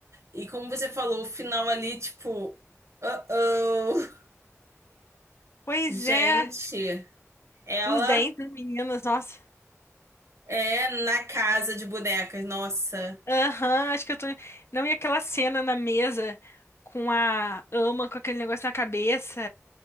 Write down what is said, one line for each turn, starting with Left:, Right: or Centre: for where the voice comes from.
Right: E como você falou, o final ali, tipo, uh-oh.
Left: pois
Right: Gente,
Left: é,
Right: ela
Left: os dentes das meninas, nossa.
Right: é na casa de bonecas, nossa.
Left: Aham, acho que eu tô. Não, e aquela cena na mesa com a ama com aquele negócio na cabeça.